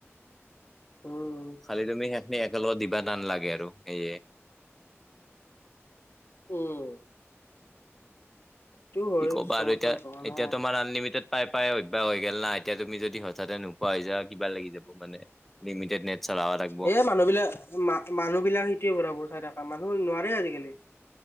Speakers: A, on the left; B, in the centre.
A: উম',।
B: খালি তুমি সেইখিনি একেলগত দিবা টান লাগে আৰু সেয়ে।
A: উম',। সেইটো হয়
B: কি ক'বা
A: ছয়শ
B: আৰু এতিয়া-এতিয়া
A: টকা ন
B: তোমাৰ আনলিমিটেড। পাই-পাই অভ্যাস হৈ গে'ল না, এতিয়া তুমি যদি হঠাতে নোপোৱা হৈ যোৱা কিবা লাগি যাব মানে। লিমিটেড নেট চলাব লাগব।
A: এ মানুহ বিলা-মা-মানুহ বিলাক সেইটোৱে ভৰাব চাই থকা, মানুহ নোৱাৰে আজিকালি।